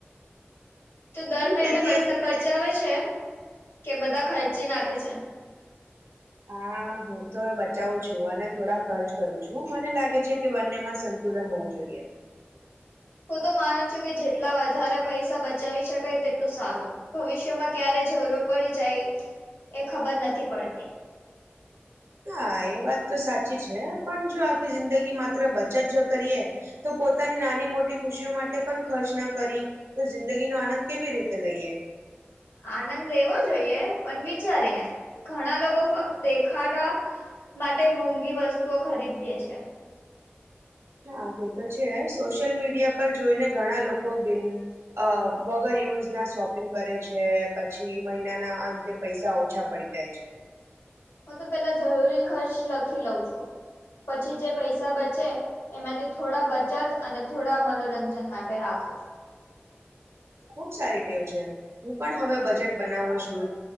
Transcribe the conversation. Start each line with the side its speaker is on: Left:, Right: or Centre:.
Left: તો દર
Right: હું
Left: મહિને
Right: કેતી
Left: પૈસા
Right: હતી
Left: બચાવે છે કે બધા ખર્ચી નાખે છે.
Right: હા હું તો બચાવું છું અને થોડા ખર્ચ કરું છું. મને લાગે છે કે બંનેમાં સતુ સતુલન હોવું જોઈએ.
Left: હું તો માનું છું કે જેટલા વધારે પૈસા બચાવી શકાય તેટલું સારું. ભવિષ્યમાં ક્યારે જરૂર પડી જાય એ ખબર નથી પડતી.
Right: હા એ વાત તો સાચી છે પણ જો આખી જિંદગી માત્ર બચત જો કરીએ તો પોતાની નાની મોટી ખુશીઓ માટે પણ ખર્ચ ના કરી. તો જિંદગી નો આનંદ કેવી રીતે લઈએ.
Left: આનંદ લેવો જોઈએ પણ વિચારીને ઘણા લોકો ફક્ત દેખાડા માટે મોંઘી વસ્તુઓ ખરીદી લે છે.
Right: હા તે તો છે સોશિયલ મીડિયા પર જોઈને ઘણા લોકો બિન અ વગર યુઝ ના શોપિંગ કરે છે પછી મહિનાના અંતે પૈસા ઓછા પડી જાય છે.
Left: હું તો પેલા જરૂરી ખર્ચ લખી લઉં છું પછી જે પૈસા બચે એમાંથી થોડા બચત અને થોડા મનોરંજન માટે રાખું છુ.
Right: ખુબ સારી ટેવ છે હું પણ હવે બજેટ બનાવવું શુર